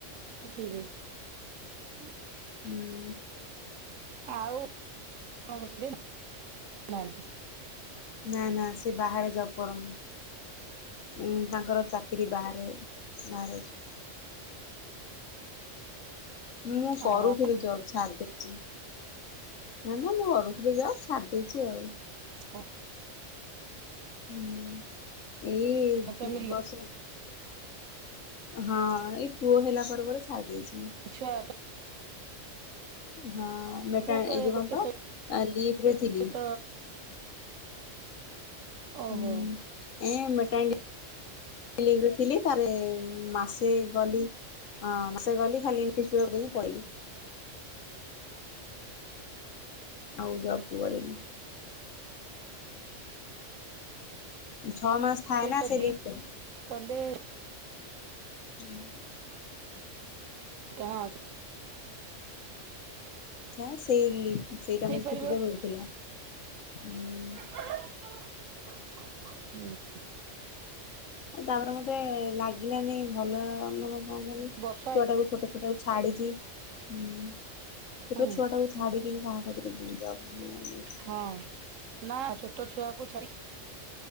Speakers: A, on the right; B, on the left.
A: <unintelligible>
B: ହୁଁ।
A: ଆଉଣ ସେଠ ନାହାନ୍ତି।
B: ନା ନା ସେ ବାହାରେ ଜବ୍ କରନ୍ତି ତାଙ୍କର ଚାକିରି ବାହାରେ। ବାହାରେ ଅଛି। ମୁଁ କରୁଥିଲି
A: ଆଉ ଆପଣ
B: ଜବ୍। ଛାଡ୍ ଦେଇେଛି ନା ନା ମୁଁ କରୁଥିଲି ଜବ ଛାଡି ଦେଇେଛି ଆଉ।
A: ହଁ।
B: ହୁଁ ଏଇ ଦୁଇ
A: ଫ୍ୟାମିଲି
B: ବର୍ଷ ହଁ ଏଇ ପୁଅ ହେଲା ପରେ ପରେ ଛାଡି ଦେଇଛି।
A: ଆଚ୍ଛା
B: ହଁ ମେଟା
A: ଯାକ
B: ଏଇ ଯ
A: ଗୋଟେ
B: କଣ ତ କାଲି ଲିଭରେ ଥିଲି।
A: ସହିତ ଓହୋ
B: ହୁଁ ଏ ମଟାଡି ଲିବ୍ ଥିଲି ତାର ମାସେ ଗଲି। ହଁ ସେ ଗଲେ ଖାଲି ଏଇଠ ଦେଇକି ପଳେଇି ଆଉ ଯବ୍ କୁ ଗଲେନୀ
A: ହଁ।
B: ଛ ମାସ ଥାଏ
A: ସହିତ
B: ନା ସେ
A: ଦି
B: ଲିଗ ଟେ।
A: କଲେ
B: ହୁଁ।
A: <unintelligible>
B: ଥା ସେଇ ଲି ସେଇଟା
A: ହେଇପାରିବ
B: ମାନେ ଛୁଟିଟା ମିଳିଥିଲା ଉଁ
A: ହୁଁ।
B: ଆଉ ତାପରେ ମତେ ଲାଗିଲାନି ଭଲ ମାନେ କଁ କିହିଲୁ
A: ବର୍ଷା
B: ଛୁଆଟାକୁ
A: ହେଇ
B: ଛୋଟ ଛୁଆଟାକୁ ଛାଡିକି ହୁଁ ଛୋଟ
A: ହୁଁ
B: ଛୁଆଟାକୁ ଛାଡିକି ବି କଁ ଘରୁକୁ ଯିବି ତାପରେ ଫୁଣି ଇଏ
A: ହଁ ନା ଛୋଟ ଛୁଆକୁ ଛାଡି